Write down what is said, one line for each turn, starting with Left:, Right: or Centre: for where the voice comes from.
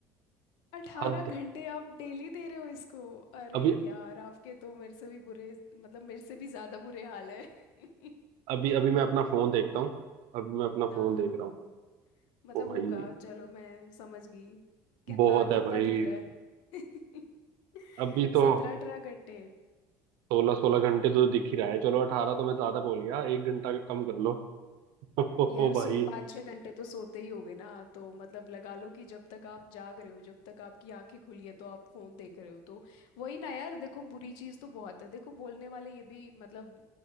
Left: अठारह
Right: हद
Left: घंटे आप डेली दे रहे हो इसको अरे
Right: अभी
Left: यार आपके तो मेरे से भी बुरे मतलब मेरे से भी ज्यादा बुरे हाल है <laughs>
Right: अभी अभी मैं अपना फोन देखता हूँ अभी मैं अपना
Left: हाँ
Right: फोन
Left: हाँ
Right: देख रहा हूँ
Left: मतलब
Right: ओ भाई
Left: होगा चलो मैं समझ गई कितना
Right: बहुत है
Left: कितना
Right: भाई
Left: दिख रहा है <laughs>
Right: अभी तो
Left: सत्रह अठारह घंटे
Right: सोलह सोलह घंटे तो दिख ही रहा है चलो अठारह तो मैं ज्यादा बोल गया एक घंटा कम कर लो <laughs> ओ
Left: यार
Right: भाई
Left: सो पाँच छः घंटे तो सोते ही होगे ना तो मतलब लगा लो कि जब तक आप जाग रहे हो जब तक आपकी आंखें खुली हैं तो आप फोन देख रहे हो तो वही ना यार देखो बुरी चीज़ तो बहुत है देखो बोलने वाले ये भी मतलब